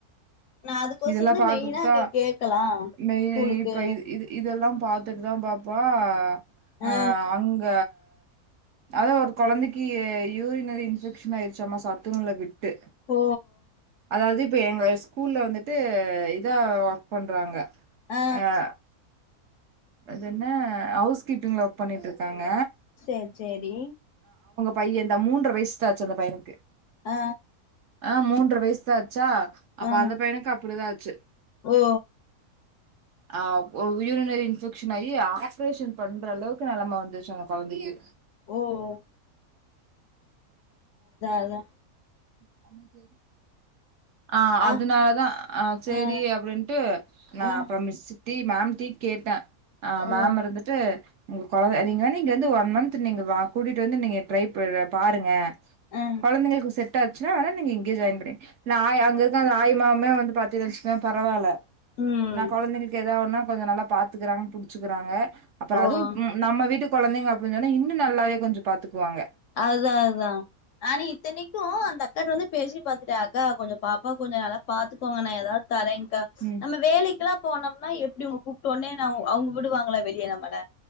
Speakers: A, on the left; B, on the right.
A: அதுக்கொசரம்
B: இதெல்லா
A: தான்
B: பார்கத்தா
A: மெயினா அங்க கேக்கலா
B: மெய்
A: ஸ்கூலுக்கு
B: நெய் இப்ப இது இது இதெல்லாம் பாத்துட்டுதா பாப்பா அ
A: ஆ
B: அங்க அதா ஒரு கொழந்தைக்கி யூரினரி இன்பெக்ஷன் ஆயிடுச்சம்மா சத்துணவுல விட்டு
A: ஓ
B: அதாவது இப்போ எங்க ஸ்கூல்ல வந்துட்டு இதா ஒர்க் பண்றாங்க
A: ஆ
B: யா அது என்ன ஹவுஸ் கீப்பிங்ல ஒர்க் பண்ணிட்டுருக்காங்க
A: சேர் செரி
B: பையன்ந்தா மூன்றர வயசுதாச்சு அந்த பையனுக்கு
A: ஆ
B: ஆ மூன்ற வயசுதா அது ச்சா அப்ப
A: ஆ
B: அந்த பையனுக்கு அப்டிதா ஆச்சு
A: ஓ
B: ஆ யூரினரி இன்பெக்ஷன் ஆயி ஆப்ரேஷன் பண்ற அளவுக்கு நெலமெ வந்துருச்சு அங்க கொழந்தைக்கு
A: ஓஹ் அதா
B: சமைக்கு ஆஹ்
A: ஆ
B: அதுனாலதா அஹ் சேரி
A: ஆ
B: அப்டின்ட்டு நான்
A: ஆ
B: அப்புற மிஸ்க் டீ மேம்ட்டீ கேட்டேன் ஆஹ்
A: ஓ
B: மேம் இருந்துட்டு உங்க குழந்தங்க இங்க வந்து ஒன் மன்த் நீங்க கூட்டிட்டு வந்து நீங்க டரை பாருங்க
A: ஆ
B: குழந்தைங்களுக்கு செட் ஆச்சுன்னா நீங்க இங்கேயே ஜாயின் பண்ண நாய் அங்க இருக்க அந்த ஆய் மாவுமே வந்து பதெனு வச்சுகோவே பரவாயில்ல
A: ம்
B: நா குழந்தைகளுக்கு ஏத ஒன்னா கொஞ்சம் நல்லா பார்த்துக்கறாங்க புடிச்சக்கிறாங்க அப்புறம்
A: ஓ
B: அதுவும் ம் நம்ம வீட்டுக்கு குழந்தைங்க அப்படின் சொன்னா இன்னு நல்லாவே கொஞ்சம் பாத்துக்குவாங்க
A: அதா அதா நானும் இத்தனைக்கும் அந்த அக்கிட்ட வந்து பேசி பாத்துட்டா கா கொஞ்சம் பாப்பா கொஞ்சம் நல்லா பாத்துக்கோங்கன்னா ஏதாவது தரே்கா
B: ம்
A: நம்ம வேலைக்குெல்லா போனோம்னா எப்படி உங்க கூப்பிட்டோனே அவங்க விடுவாங்களா வெளியே நம்மல